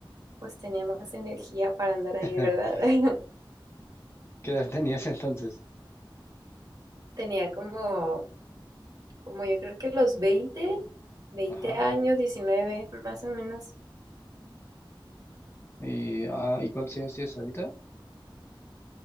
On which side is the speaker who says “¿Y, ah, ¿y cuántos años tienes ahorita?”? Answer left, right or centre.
Left